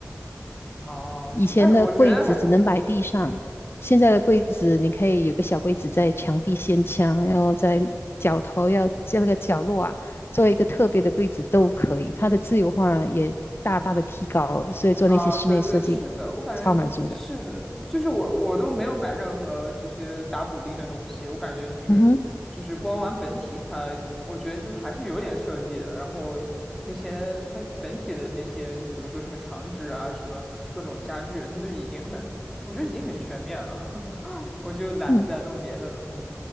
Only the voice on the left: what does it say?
以前的柜子只能摆地上，
现在的柜子你可以有个小柜子在墙壁掀墙，然后在角头要在那个角落啊，做一个特别的柜子都可以。它的自由化也大大的提高了，所以做那些室内设计超满足的。
嗯哼，
嗯。